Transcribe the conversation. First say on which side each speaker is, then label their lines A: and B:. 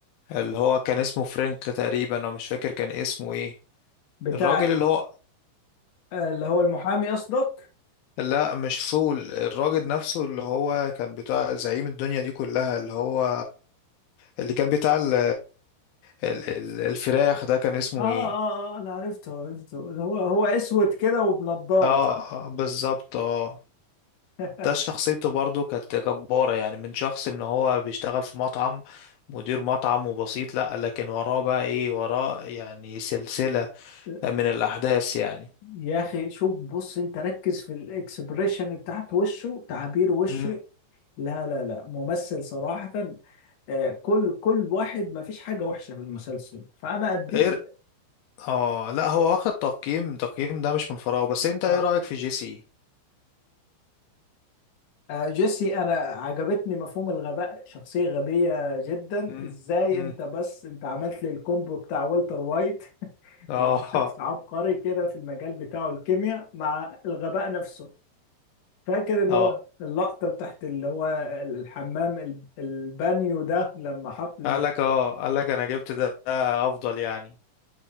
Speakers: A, on the left; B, on the left.
A: اللي هو كان اسمه فرانك تقريبا انا مش فاكر كان اسمه ايه
B: بتاع
A: الراجل اللي هو
B: اللي هو المحامي قصدك
A: لا مش فول الراجل نفسه اللي هو كان بتاع زعيم الدنيا دي كلها اللي هو اللي كان بتاع ال ال ال الفراخ ده كان اسمه
B: اه
A: ايه
B: اه اه انا عرفته عرفته اللي هو هو اسود كده وبنضارة
A: اه
B: صح؟
A: آه، بالظبط اه
B: <laughs>
A: ده شخصيته برضو كانت جبارة يعني من شخص ان هو بيشتغل في مطعم مدير مطعم وبسيط لا لكن وراه بقى ايه وراه يعني سلسلة
B: لا
A: من الأحداث يعني
B: يا اخي شوف بص انت ركز في الاكسبريشن بتاعت وشه تعابير وشه
A: مم.
B: لا لا لا ممثل صراحة آه، كل كل واحد ما فيش حاجة وحشة في المسلسل فأنا أديت
A: ايه اه لا هو واخد تقييم تقييم ده مش من فراغ بس انت
B: آه
A: ايه رأيك في جيسي
B: آه، جيسي أنا عجبتني مفهوم الغباء شخصية غبية جدا
A: مم.
B: إزاي
A: مم.
B: أنت بس أنت عملت لي الكومبو بتاع والتر وايت <laughs>
A: اه
B: اللي هو شخص عبقري كده في المجال بتاعه الكيمياء مع الغباء نفسه فاكر اللي
A: اه
B: هو اللقطة بتاعت اللي هو الحمام ال- البانيو ده لما حط ال-
A: قال لك اه قال لك انا جبت ده ده افضل يعني